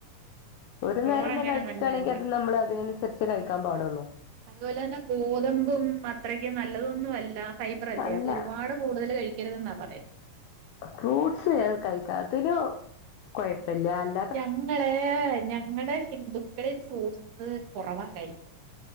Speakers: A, on the left; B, on the right.
A: ഒരു
B: ചോറങ്ങനെ
A: നേരന്നെ കഴിക്കാണെങ്കി
B: നല്ലതല്ല
A: അത് നമ്മള് അതിനൻസരിച്ചേ കഴിക്കാൻ പാടൊള്ളൂ
B: അതുപോല തന്നെ ഗോതമ്പും അത്രക്ക് നല്ലതൊന്നും അല്ല ഫൈബറല്ലേ,
A: അല്ല
B: അത് ഒരുപാട് കൂടുതല് കഴിക്കര്തെന്നാ പറയുന്നെ
A: ഫ്രൂട്ട്സ് കഴിക്കാം, അതിന് കൊഴപ്പില്ല അല്ല
B: ഞങ്ങള് ഞങ്ങള് ഹിന്ദുക്കളിൽ ഫ്രൂട്ട്സ് കുറവാ കഴിക്കല്